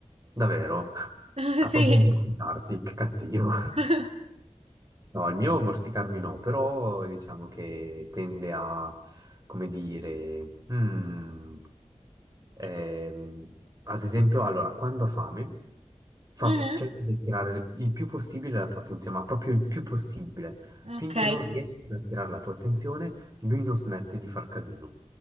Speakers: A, on the right; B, on the right.
A: davvero, <laughs>
B: <laughs>
A: ha
B: Sì.
A: proprio dimenticarti, che cattivo.
B: <laughs>
A: No, il mio morsicarmi no, però diciamo che tende a, come dire, mm, ehm, ad esempio, allora, quando ha fame, fa,
B: Mhm,
A: cerca di attirare il più possibile la tua attenzione, ma proprio il più possibile,
B: Ok.
A: finché non riesci ad attirare la tua attenzione, lui non smette di far casino,